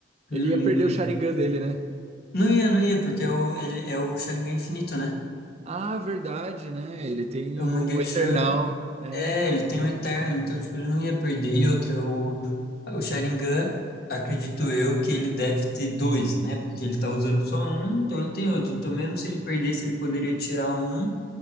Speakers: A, on the right; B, on the left.
A: Ele
B: hum,
A: ia perder o Sharingan dele, né?
B: Não ia, não ia, porque é o, ele, é o Sharingan infinito, né?
A: Ah, verdade, né? Ele tem
B: É
A: o
B: o Mangekyo.
A: Eternal.
B: Sha-
A: É,
B: É, ele tem o Eterno, então, tipo, ele não ia perder. E outra, o, o Sharingan, acredito eu, que ele deve ter dois, né? Porque ele tá usando só um, então ele tem outro. Então, mesmo se ele perdesse, ele poderia tirar um